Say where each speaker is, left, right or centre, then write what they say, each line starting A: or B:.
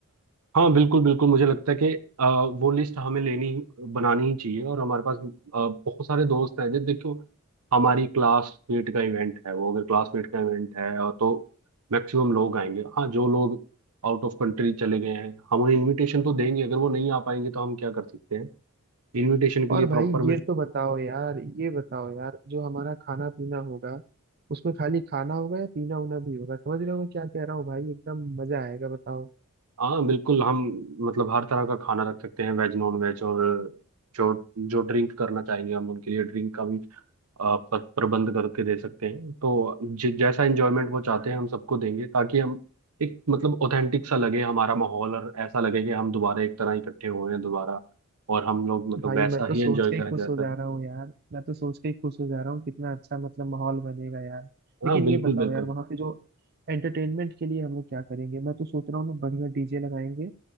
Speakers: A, on the right; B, on the right.
A: हाँ बिल्कुल बिल्कुल मुझे लगता है कि अ, वो लिस्ट हमें लेनी बनानी ही चाहिए और हमारे पास अ, बहुत सारे दोस्त हैं जब देखो हमारी क्लासमेट का इवेंट है वो अगर क्लासमेट का इवेंट है और तो मैक्सिमम लोग आएंगे हाँ जो लोग आउट ऑफ कंट्री चले गए हैं हम उन्हें इनविटेशन तो देंगे अगर वो नहीं आ पाएंगे तो हम क्या कर सकते हैं इनविटेशन के
B: और
A: लिए प्रॉपर
B: भाई
A: में
B: ये तो बताओ यार ये बताओ यार जो हमारा खाना पीना होगा उसमें खाली खाना होगा या पीना उना भी होगा समझ रहे हो मैं क्या कह रहा हूँ भाई एकदम मजा आएगा बताओ
A: हाँ बिल्कुल हम मतलब हर तरह का खाना रख सकते हैं वेज नॉन वेज और जो जो ड्रिंक करना चाहेंगे हम उनके लिए ड्रिंक का भी आप पर- प्रबंध करके दे सकते हैं तो ज, जैसा एंजॉयमेंट वो चाहते हैं हम सबको देंगे ताकि हम एक मतलब ऑथेंटिक सा लगे हमारा माहौल और ऐसा लगे कि हम दोबारा एक तरह इकट्ठे हुए हैं दोबारा और हम लोग मतलब
B: भाई
A: वैसा
B: मैं तो
A: ही
B: सोच
A: एंजॉय
B: के
A: करें
B: ही खुश
A: जैसा
B: हो जा रहा हूँ यार मैं तो सोच के ही खुश हो जा रहा हूँ कितना अच्छा मतलब माहौल बनेगा यार लेकिन
A: हाँ बिल्कुल
B: ये बताओ
A: बिल्कुल
B: यार वहाँ पे जो एंटरटेनमेंट के लिए हम लोग क्या करेंगे मैं तो सोच रहा हूँ ना बढ़िया डीजे लगाएंगे